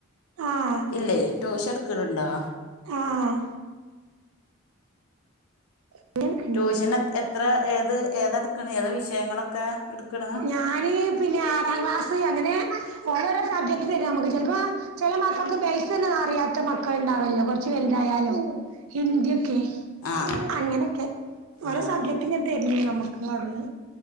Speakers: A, on the right; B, on the left.
A: ആഹ്
B: ഇല്ലേ ട്യൂഷടുക്കണ് ണ്ടോ?
A: ആഹ് ഇങ്ങള് എടുക്ക്ണ്ട്
B: ട്യൂഷനെ എത്ര ഏത് ഏതാടുക്കണെ ഏത വിഷയങ്ങളൊക്കെ എടുക്കണ്?
A: ഞാന് പിന്നെ ആറാം ക്ലാസ് അങ്ങനെ ഓരോരോ സബ്ജക്ട് തര നമക്ക് ചെലപ്പോ ചെല മക്കൾക്ക് ബേയ്സന്നെ അറിയാത്ത മക്കൾണ്ടാവല്ലോ കൊറച്ച് വെൽതായാലും. ഹിന്ദിയൊക്കെ
B: ആ
A: അങ്ങനെക്കെ വെറും ഓരോ
B: ആ
A: സബ്ജെക്ട് പിന്നെ തരില്ലേ നമക്ക് അടന്ന്